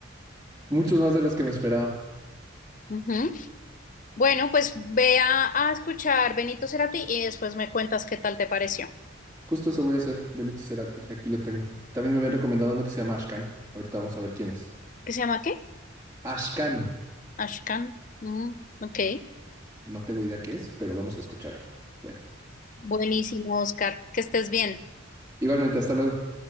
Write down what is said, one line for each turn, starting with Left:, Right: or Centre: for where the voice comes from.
Right: muchos más de los que me esperaba.
Left: Ujú. Bueno, pues ve a, a escuchar Benito Cerati y después me cuentas qué tal te pareció.
Right: Justo eso voy a hacer, Benito Cerati, aquí lo tengo. También me habían recomendado uno que se llama Ashkan. Ahorita vamos a ver quién es.
Left: ¿Qué se llama qué?
Right: Ashkan.
Left: Ashkan. Mm, ok.
Right: No tengo idea qué es, pero vamos a escucharlo. Bueno,
Left: Buenísimo, Oscar. Que estés bien.
Right: igualmente, hasta luego.